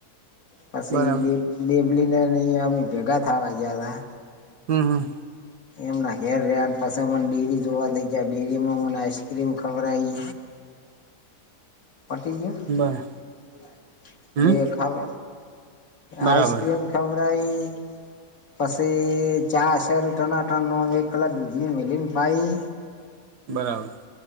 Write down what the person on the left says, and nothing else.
પછી
એ બે બેબલીને અહીંયા અમે ભેગા થાવા જ્યાં તા
એમના ઘેર રિયા પછે મને ડેરી જોવા લઈ ગ્યા ડેરી માં મને આઈસ ક્રીમ ખવરાઈ પટી જ્યુ
દેખાવ
આઈસક્રીમ ખવરાઈ પછી ચાસર ટનાટન નો એકલા દૂધની મેંલીન પાઈ